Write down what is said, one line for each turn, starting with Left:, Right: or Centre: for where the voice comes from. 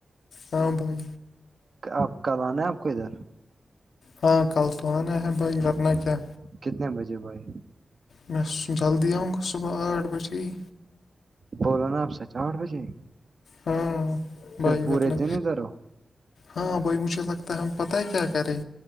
Left: ہاں بھائی
Right: آپ کل آنا ہے آپ کو ادھر
Left: ہاں کل تو آنا ہے بھائی ورنہ کیا
Right: کتنے بجے بھائی
Left: میں جلدی آؤں گا صبح آٹھ بجے ہی
Right: بوولو نا آپ سے چا آٹھ بجے
Left: ہاں بائی
Right: پھر پورے
Left: بتنے
Right: دن ادھر ہو
Left: ہاں بھائی مجھے لگتا ہے ہم پتہ ہے کیا کریں